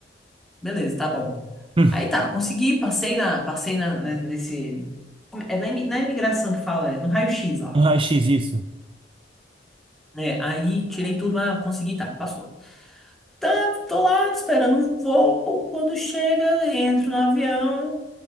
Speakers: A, in the centre; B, on the right.
A: beleza, tá bom.
B: <laughs>
A: Aí tá, consegui, passei na, passei na, na- nesse, como- é na, imi- na imigração que fala, é, no raio-x lá.
B: Raio-x isso.
A: né aí tirei tudo, mas consegui, tá, passou. Tá, tô lá esperando um voo. Quando chega, entro no avião.